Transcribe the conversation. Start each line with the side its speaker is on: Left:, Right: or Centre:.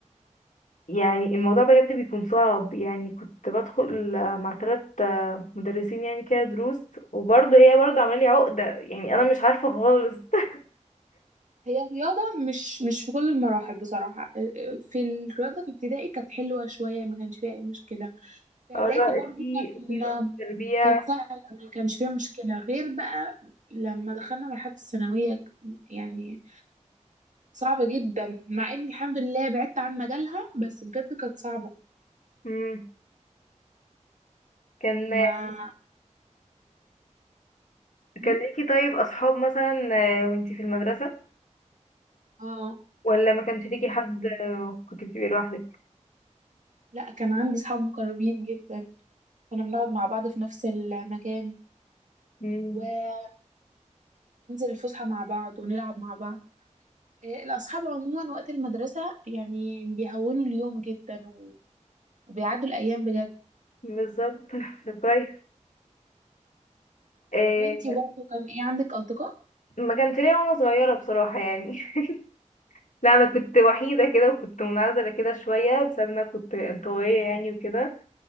Left: يعني الموضوع بجد بيكون صعب يعني كنت بدخل مع ثلاث مدرسين يعني كده دروس وبرضه هي برضه عامله لي عقده يعني انا مش عارفه خالص <laughs>
Right: هي الرياضة مش مش في كل المراحل بصراحة آه، آه، في الرياضة في ابتدائي كانت حلوة شوية ما كانش فيها أي مشكلة في إعدادي
Left: اللي هو
Right: برضو
Left: في
Right: كان
Left: في تربيه
Right: كانت سهلة ما كانش فيها مشكلة غير بقى لما دخلنا مرحلة الثانوية يعني صعبة جدا مع إني الحمد لله بعدت عن مجالها بس بجد كانت صعبة
Left: مم. كان
Right: ما م?
Left: كان ليكي طيب اصحاب مثلا آه، وانتي في المدرسة
Right: اه
Left: ولا ما كانش ليكي حد آه، كنت بتبقي لوحدك
Right: لا كان عندي صحاب مقربين جدا كنا بنقعد مع بعض في نفس المكان
Left: مم،
Right: وننزل الفسحة مع بعض ونلعب مع بعض إيه، الأصحاب عموما وقت المدرسة يعني بيهونوا اليوم جدا و- وبيعدوا الأيام بجد
Left: بالظبط <laughs> طب كويس آه،
Right: وانتي برضه كان ايه عندك أصدقاء؟
Left: ما كانش ليا وانا صغيرة بصراحة يعني <laughs> لا انا كنت وحيدة كده وكنت منعزلة كده شوية بسبب إن انا كنت انطوائية يعني وكده